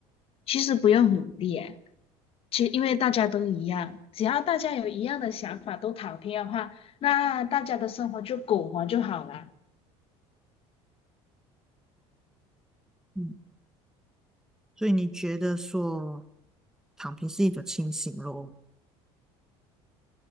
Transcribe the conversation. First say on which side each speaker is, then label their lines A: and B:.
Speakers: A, on the left; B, in the centre.
A: 其实不用努力诶，其实因为大家都一样，只要大家有一样的想法，都躺平的话，那大家的生活就苟活就好啦。
B: 嗯，所以你觉得说躺平是一种清醒咯？